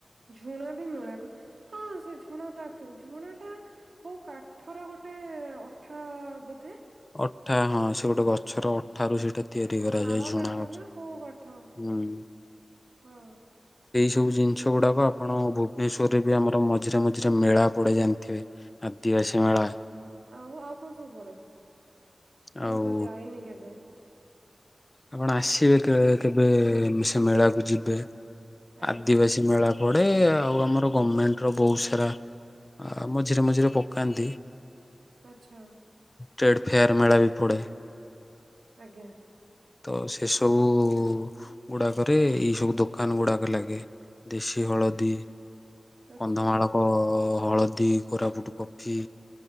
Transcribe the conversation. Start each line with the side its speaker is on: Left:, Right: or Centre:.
Right: ଝୁଣା ବି ମିଳେ ହଁ ସେ ଝୁଣା ତକ୍ଚ ଝୁଣା। ଟା କୋଉ କାଠର ଗୋଟେ। ଗୋଟେ ଅଠା ବୋଧେ।
Left: ଅଠା ହଁ ସେ ଗୋଟେ ଗଛର ଅଠାରୁ ସେଇଟା। ତିଆରି କରାଯାଏ
Right: ଶାଳ
Left: ଝୁଣା
Right: କାଠ
Left: ଗଛ
Right: ନା କୋଉ କାଠ
Left: ହୁଁ।
Right: ହଁ।
Left: ଏ ସବୁ ଜିନିଷ ଗୁଡ଼ାକ ଆପଣ ଭୁବନେଶ୍ୱରରେ ବି ଆମର ମଝିରେ ମଝିରେ ମେଳା ପଡ଼େ ଜାଣିଥିବେ ଆଦିବାସୀ ମେଳା।
Right: ଆଉ ଆଉ କଣ ସବୁ ପଡେ।
Left: ଆଉ
Right: ମୁଁ ତ ଯାଇନି କେବେ।
Left: ଆପଣ ଆସିବେ କେବେ ସେ ମେଳାକୁ ଯିବେ।
Right: ଆଜ୍ଞା
Left: ଆଦିିବାସୀ ମେଳା। ପଡେ ଆଉ ଆମର ଗଭର୍ଣମେଣ୍ଟ ର ବହୁତ ସାରା ମଝିରେ ମଝିରେ ପକାନ୍ତି।
Right: ଆଚ୍ଛା।
Left: ଷ୍ଟେଟ ଫେୟର ମେଳାବି ପଡେ।
Right: ଆଜ୍ଞା
Left: ତ ସେ ସବୁ। ଓ ଗୁଡାକରେ ଏଇ ସବୁ ଦୋକାନ ଗୁଡାକ ଲାଗେ ଦେଶୀ ହଳଦୀ।
Right: ଆଚ୍ଛା
Left: କନ୍ଧମାଳକ। ହଳଦୀ କୋରାପୁଟ କଫି।